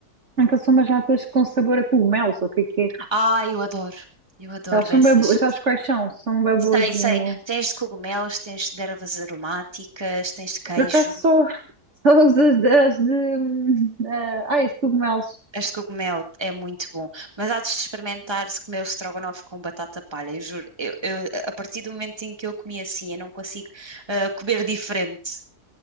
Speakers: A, on the right; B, on the right.
A: Aquelas são umas natas com sabor a cogumelos, ou o que é que é?
B: Ah, eu adoro. Eu adoro
A: Elas são
B: essas.
A: bem boas, sabes quais são? São bem boazinhas.
B: Sei, sei. Tens de cogumelos, tens de ervas aromáticas, tens de queijo.
A: Por acaso só, <laughs> só as as de. de, hum, ah, ah, isso cogumelos.
B: Este cogumelo é muito bom. Mas há de experimentar se comer o estrogonofe com batata palha. Eu juro, eu, eu- a partir do momento em que eu comi assim, eu não consigo ah, comer diferente.